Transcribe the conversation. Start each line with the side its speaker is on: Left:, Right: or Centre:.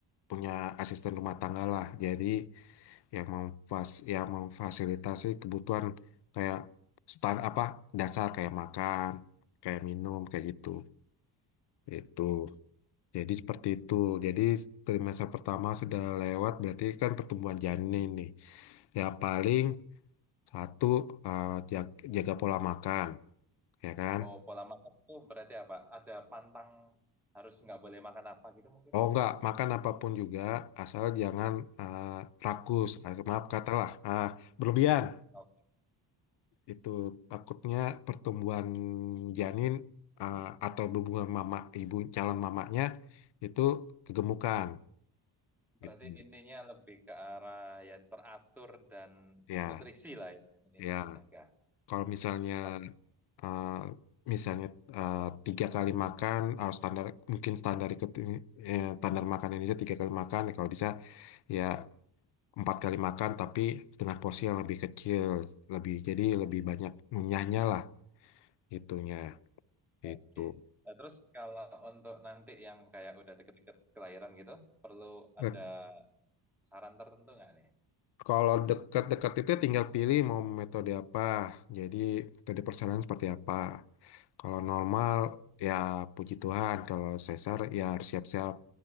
Left: punya asisten rumah tangga lah jadi yang memfas yang memfasilitasi kebutuhan kayak start apa dasar kayak makan kayak minum kayak gitu itu Jadi seperti itu. Jadi trimester pertama sudah lewat, berarti kan pertumbuhan janin nih. Ya paling satu eh, jag- jaga pola makan, ya kan?
Centre: Oh, pola makan itu berarti apa? Ada pantang harus nggak boleh makan apa gitu mungkin?
Left: Oh enggak, makan apapun juga asal jangan eh, rakus, Ah, maaf katalah ah, berlebihan.
Centre: Oke.
Left: Itu takutnya pertumbuhan janin eh, atau hubungan mama ibu calon mamanya itu kegemukan
Centre: Berarti
Left: gitu.
Centre: intinya lebih ke arah ya teratur dan
Left: Ya,
Centre: nutrisi lah ya ininya
Left: ya.
Centre: dijaga.
Left: Kalau misalnya
Centre: Oke.
Left: uh, misalnya uh, tiga kali makan uh, standar mungkin standar ikut ini eh, standar makan Indonesia tiga kali makan ya kalau bisa ya empat kali makan tapi dengan porsi yang lebih kecil lebih jadi lebih banyak ngunyahnya lah itunya
Centre: Oke.
Left: itu.
Centre: Nah, terus kalau untuk nanti yang kayak udah deket-deket kelahiran gitu, perlu
Left: Eh,
Centre: ada saran tertentu nggak nih?
Left: Kalau dekat-dekat itu ya tinggal pilih mau metode apa. Jadi metode persalinan seperti apa. Kalau normal ya puji Tuhan. Kalau sesar ya harus siap-siap